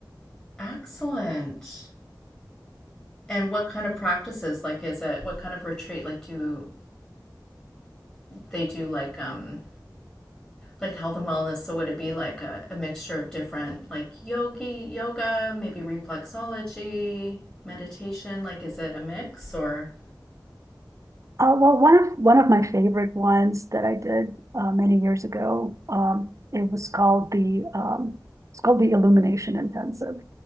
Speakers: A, on the left; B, on the right.
A: excellent. And what kind of practices? Like, is it what kind of retreat? Like, do they do like um like health and wellness? So would it be like a, a mixture of different like yogi yoga, maybe reflexology, meditation? Like, is it a mix or?
B: Uh, well, one of, one of my favorite ones that I did uh, many years ago, um, it was called the um, it's called the Illumination Intensive.